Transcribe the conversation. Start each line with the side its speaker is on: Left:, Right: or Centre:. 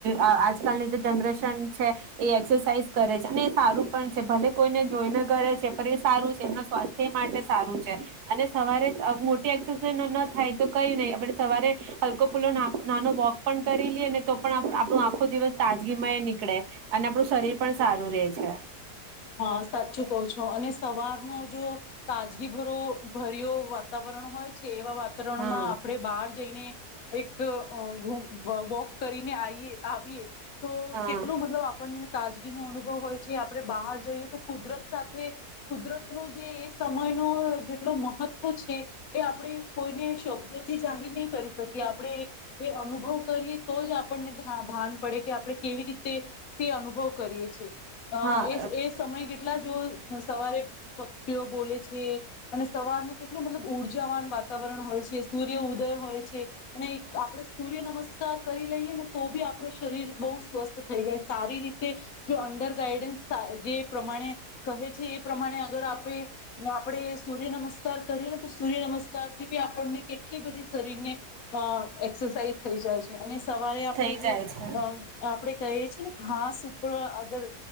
Right: અહ આજકાલની જે જનરેશન છે એ એક્સરસાઇઝ કરે છે, અને એ સારું પણ છે. ભલે કોઈને જોઈને કરે છે પણ એ સારું છે, એમના સ્વાસ્થ્ય માટે સારું છે. અને સવારે અહ મોટી એક્સરસાઇઝ <unintelligible> થાય તો કઈ નહી. આપડે સવારે હલકો ફુલ્લો ના નાનો વોક પણ કરી લીએ ને તો પણ આપણું આખો દિવસ તાજગીમય નીકળે અને આપણું શરીર પણ સારું રે છે.
Left: હા સાચું કહો છો અને સવારનો જો તાજગી ભરો ભર્યો વાતાવરણ હોય છે એવા વાતાવરણમાં
Right: હા
Left: આપણે બહાર જઈને એક <unintelligible> વો વોક કરીને આઈએ આવીએ તો
Right: હા
Left: કેટલું મતલબ આપણને તાજગી નો અનુભવ હોય છે, આપણે બહાર ની તો કુદરત સાથે કુદરત નું જે એ સમય નો જેટલો મહત્વ છે એ આપણે કોઈને શબ્દોથી જાહેર નહીં કરી શકીએ આપણે એ અનુભવ કરીએ તો જ આપ આપણને ભાન પડે કે આપણે કેવી રીતે તે અનુભવ કરીએ છીએ. અહ
Right: હા
Left: એ જ એ જ તમે કેટલા જો સવારે પક્ષીઓ બોલે છે. અને સવારનું કેટલું મતલબ ઉર્જા- ઊર્જાવાન વાતાવરણ હોય છે. સૂર્ય ઉદય હોય છે અને એક આપણે સૂર્ય નમસ્કાર કરી લઈએ ને તો બી આપણું શરીર બહુ સ્વસ્થ થઈ જાય સારી રીતે. જો અંડર ગાાઈડન્સ <unintelligible> પ્રમાણે કહે છે એ પ્રમાણે અગર આપે આપણે એ અગર આપડે સૂર્ય નમસ્કાર કરીએને તો સૂર્ય નમસ્કાર થી બી આપણને કેટલી બધી શરીરને અહ એક્સરસાઇઝ થઈ જાય છે. અને સવારે આપણે
Right: થઈ
Left: જો
Right: જાય છે
Left: અહ અહ આપડે કહીએ છીએ ને હા સુપર આગળ